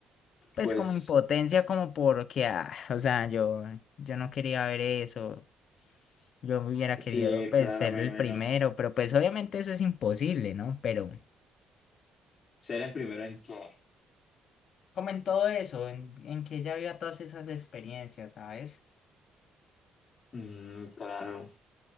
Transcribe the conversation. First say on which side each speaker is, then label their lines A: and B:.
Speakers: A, on the left (about 65°); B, on the left (about 45°).
A: pues
B: Pues
A: como impotencia, como porque, ah, o sea, yo, yo no quería ver eso. Yo hubiera
B: sí,
A: querido, pues,
B: claro,
A: ser
B: me
A: el
B: imagino.
A: primero, pero pues obviamente eso es imposible, ¿no? Pero
B: Ser en primero en qué.
A: como en todo eso, en, en que ella viva todas esas experiencias, ¿sabes?
B: Mm, claro,